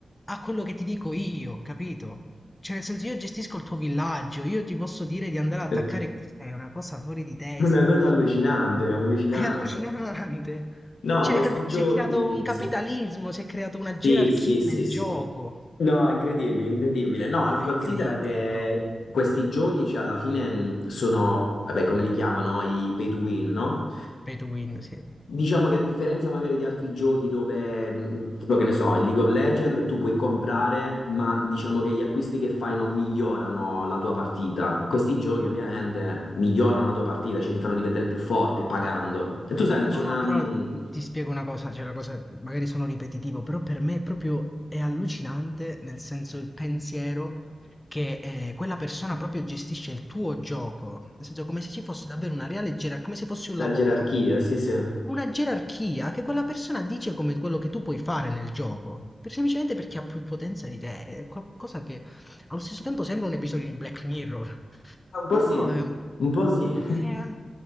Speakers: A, on the left; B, on the left.
A: a quello che ti dico io, capito? Cioè nel senso io gestisco il tuo villaggio, io ti posso dire di andare
B: <laughs>
A: ad attaccare, è una cosa fuori di testa,
B: Una cosa allucinante, allucinante.
A: è allucinante.
B: No,
A: Cioè,
B: questi
A: capito?
B: giochi.
A: Si è creato un capitalismo,
B: s-
A: si è creata una gerarchia
B: Sì, sì, sì,
A: nel
B: sì.
A: gioco.
B: No, incredibile, incredibile. No,
A: È
B: considera
A: incredibile
B: che
A: proprio.
B: questi giochi, cioè, alla fine mh, sono, vabbè, come li chiamano, i pay to win, no?
A: Pay to win, sì.
B: Diciamo che a differenza magari di altri giochi dove, mh, tipo, che ne so, il League of Legends, tu puoi comprare, ma diciamo che gli acquisti che fai non migliorano la tua partita. Questi giochi ovviamente migliorano la tua partita, cioè ti fanno diventare più forte pagando. E tu sai,
A: No,
B: c'è una,
A: no, però
B: mh,
A: ti spiego una cosa, cioè la cosa, magari sono ripetitivo, però per me è proprio è allucinante, nel senso il pensiero che eh, quella persona proprio gestisce il tuo gioco, nel senso come se ci fosse davvero una reale gerarchia, come se fosse un lavoro,
B: una gerarchia, sì, sì.
A: una gerarchia che quella persona dice come quello che tu puoi fare nel gioco, per- semplicemente perché ha più potenza di te, è qualcosa che allo stesso tempo sembra un episodio di Black Mirror,
B: Un
A: però
B: po' sì,
A: è un-
B: un po' sì.
A: è-